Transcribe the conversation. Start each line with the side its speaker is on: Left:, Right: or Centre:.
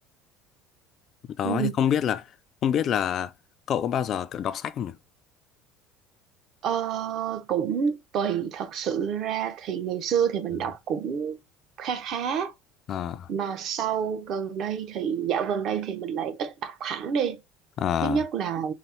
Left: đó
Right: ừ
Left: thì không biết là không biết là cậu có bao giờ kiểu đọc sách không nhỉ
Right: Ờ, cũng tùy thật sự ra thì ngày xưa thì mình
Left: Ừ.
Right: đọc cũng khá khá
Left: à
Right: mà sau gần đây thì dạo gần đây thì mình lại ít đọc hẳn đi
Left: à
Right: thứ nhất là